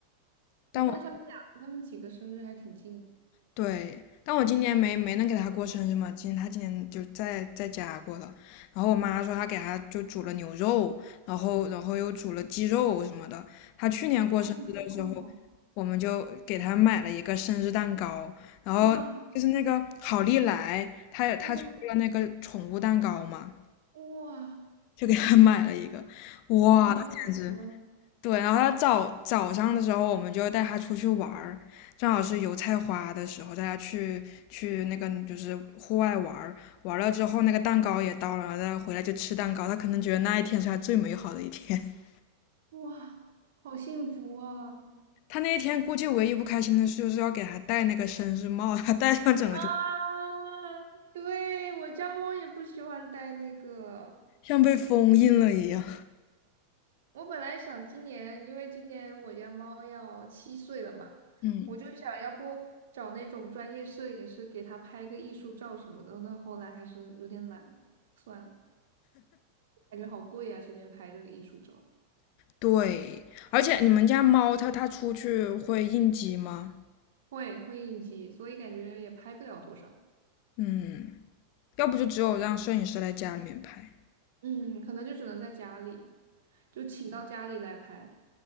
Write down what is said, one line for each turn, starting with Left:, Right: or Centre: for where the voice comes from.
Left: 但我。
Right: 哎，那他们俩，他们几个生日还挺近的。
Left: 对，但我今年没没能给他过生日嘛，今他今年就在在家过了。然后我妈说她给他就煮了牛肉，然后然后又煮了鸡肉什么的。他去年过生日的时候，
Right: 那你好好，
Left: 我们就给他买了一个生日蛋糕，然后就是那个好利来，
Right: 哇
Left: 他也他出了那个宠物蛋糕嘛，
Right: 哇哇，
Left: 就给他买了一个，哇，
Right: 太幸福了
Left: 他简直对，然后他早早上的时候，我们就带他出去玩儿，正好是油菜花的时候，带他去去那个就是户外玩儿，玩了之后那个蛋糕也到了，然后他回来就吃蛋糕，他可能觉得那一天是他最美好的一天。<laughs>
Right: 哇，好幸福啊！
Left: 他那一天估计唯一不开心的事就是要给他戴那个生日帽，他戴上整个就
Right: 啊！啊，对，我家猫也不喜欢戴那个。
Left: 像被封印了一样。
Right: 我本来想今年，因为今年我家猫要七岁了嘛，
Left: 嗯，
Right: 我就想要不找那种专业摄影师给它拍个艺术照什么的。那后来还是有点懒，算了，感觉好贵啊，这边拍这个艺术照，
Left: 对，而且你们家猫它它出去会应激吗？
Right: 会会应急，所以感觉也拍不了多少。
Left: 嗯，要不就只有让摄影师来家里面拍。
Right: 嗯，可能就只能在家里，就请到家里来拍。